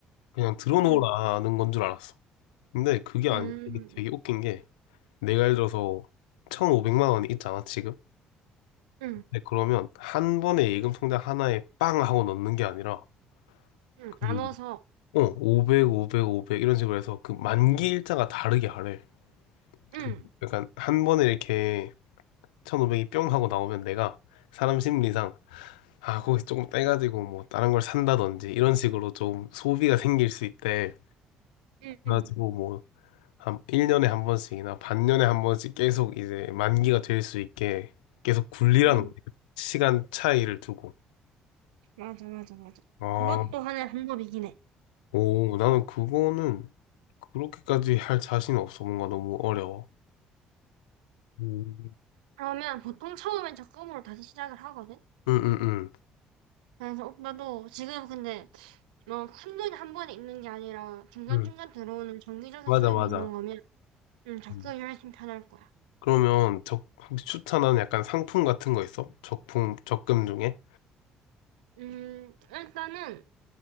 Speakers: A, on the left; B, on the right.
A: 그냥 들어놓으라는
B: 응.
A: 건 줄 알았어. 근데 그게
B: 음,
A: 아니라
B: 음,
A: 이게 되게
B: 음.
A: 웃긴 게 내가 예를 들어서 1,500만 원이 있잖아, 지금.
B: 응.
A: 근데 그러면 한 번에 예금 통장 하나에 빵 하고 넣는 게 아니라
B: 응.
A: 그
B: 나눠서.
A: 어, 500, 500, 500 이런 식으로 해서 그 만기 일자가 다르게 하래.
B: 응.
A: 그 약간 한 번에 이렇게 1,500이 뿅 하고 나오면 내가 사람 심리상 아, 거기서 조금 떼가지고 뭐 다른 걸 산다든지 이런 식으로 좀 소비가 생길 수 있대.
B: 응.
A: 그래가지고
B: 응.
A: 뭐 한 1년에 한 번씩이나 반년에 한 번씩 계속 이제 만기가 될 수 있게 계속 굴리라는
B: 응.
A: 거예요. 시간 차이를 두고.
B: 맞아, 맞아, 맞아.
A: 아,
B: 그것도 하나의 방법이긴 해.
A: 오, 나는 그거는 그렇게까지 할 자신 없어. 뭔가 너무 어려워. 음.
B: 그러면 보통 처음엔 적금으로 다시 시작을 하거든?
A: 응, 응, 응.
B: 그래서 오빠도 지금 근데 뭐 큰 돈이 한 번에 있는 게 아니라 중간중간
A: 응.
B: 들어오는 정기적인
A: 맞아,
B: 수입이
A: 맞아.
B: 있는 거면 음, 적성이
A: 음.
B: 훨씬 편할 거야.
A: 그러면 적, 혹시 추천하는 약간 상품 같은 거 있어? 적품, 적금 중에?
B: 음, 일단은